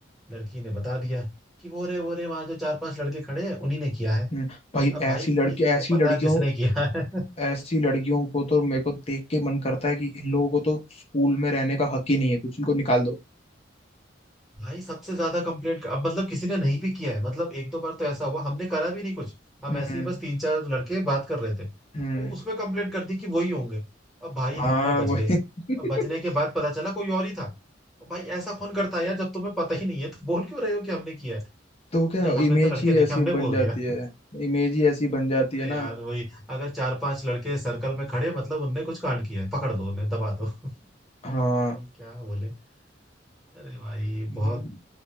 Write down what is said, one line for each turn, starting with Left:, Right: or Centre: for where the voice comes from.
Centre: लड़की ने बता दिया कि वो रे वो रे वहां जो चार पांच लड़के खड़े हैं उन्हीं ने किया है
Left: हम्म भाई
Centre: अब भाई
Left: ऐसी लड़की
Centre: किसको
Left: ऐसी
Centre: पता
Left: लड़कियों
Centre: किसने किया है
Left: ऐसी लड़कियों को तो मेरे को देख के मन करता है कि इन लोगों को तो स्कूल में रहने का हक ही नहीं है कुछ इनको निकाल दो
Centre: भाई सबसे ज्यादा कंप्लेंट अब मतलब किसी ने नहीं भी किया है मतलब एक दो बार तो ऐसा हुआ हमने करा भी नहीं कुछ हम
Left: हम्म
Centre: ऐसे ही बस तीन चार लड़के बात कर रहे थे
Left: हम्म
Centre: वो उसमें कंप्लेंट कर दी कि वही होंगे अब भाई
Left: हाँ
Centre: हम में बच
Left: वही
Centre: गए
Left: <laughs>
Centre: अब बचने के बाद पता चला कोई और ही था अब भाई ऐसा कौन करता है यार जब तुम्हें पता ही नहीं है तो बोल क्यों रहे हो कि हमने किया है
Left: तो क्या
Centre: नहीं हमने
Left: इमेज
Centre: तो लड़के
Left: ही
Centre: देखे
Left: ऐसी
Centre: हमने बोल
Left: बन जाती
Centre: दिया
Left: है इमेज ही ऐसी बन जाती
Centre: अरे
Left: है ना
Centre: यार वही अगर चार पांच लड़के सर्कल में खड़े मतलब उनने कुछ कांड किया है पकड़ दो उन्हें दबा दो
Left: हाँ
Centre: पता नहीं क्या बोले अरे भाई
Left: हम्म
Centre: बहुत